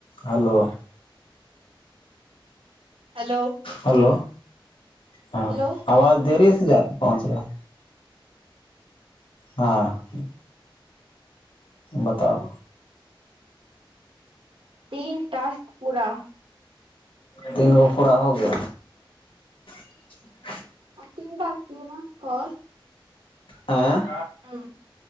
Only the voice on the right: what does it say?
Hello
Hello
तीन टास्क पूरा
आ तीन बार क न को।
हूँ